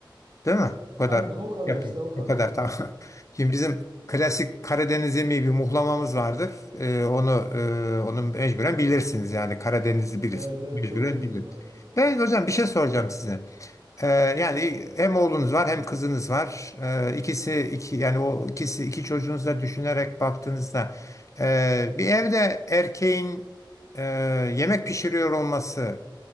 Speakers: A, on the left (about 40°); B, on the right (about 70°).
A: Değil mi? Bu kadar
B: Aynen o kadar
A: yapın.
B: işte o kadar
A: Bu kadar
B: bitti.
A: tamam. <laughs> Şimdi bizim klasik Karadeniz yemeği bir muhlamamız vardır. E, onu e, onu mecburen bilirsiniz yani Karadenizli birisi
B: Evet evet
A: mecburen
B: çok duydum
A: bilir.
B: ha, aynen.
A: Ben hocam bir şey soracağım size. Ee, yani hem oğlunuz var hem kızınız var. Ee, ikisi iki yani o ikisi iki çocuğunuzu da düşünerek baktığınızda e, bir evde erkeğin e, yemek pişiriyor olması